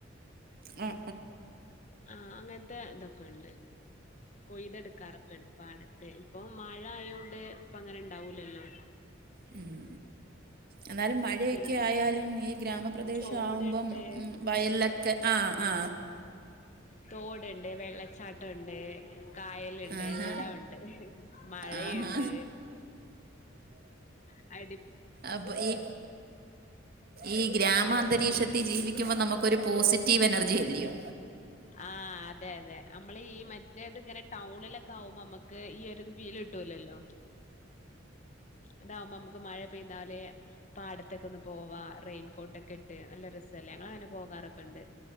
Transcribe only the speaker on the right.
ആ
ഉം എന്നാലും മഴയൊക്കെ
ആയാലും ഈ ഗ്രാമപ്രദേശാവുമ്പം
ഉം വയലലൊക്കെ ആ ആ
ആഹാ
ആഹാ
അപ്പൊ ഈ ഈ ഗ്രാമാന്തരീക്ഷത്തി ത്തി ജീവിക്കുമ്പം നമ്മക്കൊരു പോസിറ്റീവ് എനർജി അല്ലിയോ